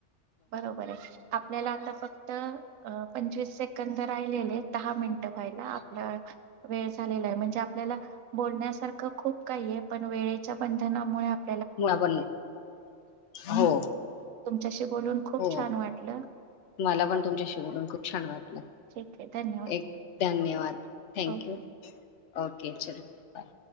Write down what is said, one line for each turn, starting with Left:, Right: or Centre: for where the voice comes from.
Right: बरोबर आहे आपल्याला आता फक्त अ पंचवीस सेकंद राहिलेले दहा मिनिटं व्हायला आप वेळ झालेलाय म्हणजे आपल्या बोलण्यासारखं खूप काहीय पण वेळ वेळेच्या बंधनामुळे आप
Left: म आपण हो.
Right: तुमच्याशी बोलून खूप
Left: हो,
Right: छान वाटलं
Left: मला पण तुमच्याशी बोलून खूप छान वाटलं.
Right: ठीक आहे धन्यवाद
Left: एक, धन्यवाद थँक
Right: ओके.
Left: यू. ओके चल बाय.